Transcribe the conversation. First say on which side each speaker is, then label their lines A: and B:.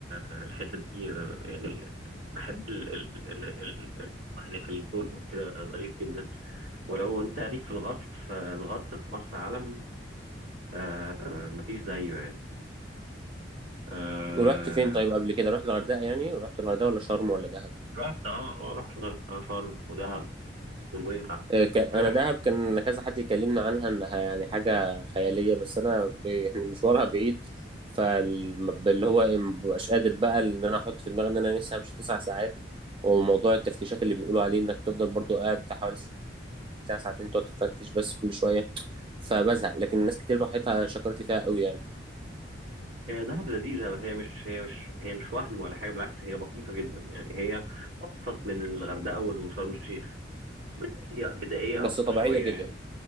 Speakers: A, on the right; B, on the right.
A: الحتت دي يعني بحب ال ال ال ال ال- هناك الجو كده ظريف جدا ولو أنت ليك في الغطس فالغطس في مرسى علم آه مفيش زيه يعني آه
B: ورحت فين طيب قبل كده رحت الغردقه يعني رحت الغردقه ولا شرم ولا دهب
A: رحت اه آه، رحت الغردقة شرم ودهب ونويبع
B: آه، ك- انا
A: أنا
B: دهب كان كذا حد يكلمنا عنها انها يعني حاجه خياليه بس انا ب- يعني مشوارها بعيد فاللي هو إيه، مبقاش قادر بقى ان انا احط في دماغي ان انا لسه همشي تسع ساعات وموضوع التفتيشات اللي بيقولوا عليه انك تفضل برضو قاعد بتاع حوالي ساعه ساعتين تقعد تتفتش بس كل شويه فبزهق لكن الناس كتير راحتها شكرت لي فيها قوي يعني
A: هي دهب لذيذة هي مش هي مش هي مش وهم ولا حاجة بالعكس هي بسيطة جدا يعني هي أبسط من الغردقة وشرم الشيخ بدائية بدائية
B: بس
A: أكتر
B: طبيعيه
A: شوية
B: جدا
A: يعني